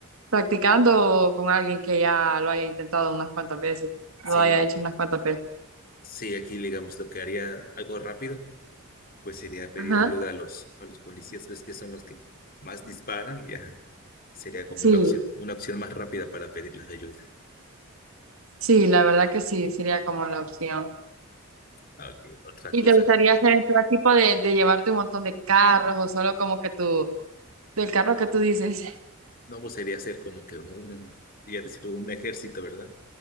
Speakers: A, on the right; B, on the left.
A: practicando con alguien que ya lo haya intentado unas cuantas veces,
B: sí,
A: lo haya hecho unas cuantas veces.
B: sí, aquí digamos lo que haría algo rápido, pues sería pedir
A: Ajá.
B: ayuda a los, a los policías, ves que son los que más disparan y ya sería como
A: Sí,
B: una opción, una opción más rápida para pedirles ayuda.
A: sí, la verdad que sí, sería como la opción.
B: Aunque otra
A: ¿Y
B: cosa,
A: te gustaría hacer el plan tipo de, de llevarte un montón de carros o solo como que tu el carro que tú dices?
B: no pues sería hacer como que un, ya decir, un ejército, ¿verdad?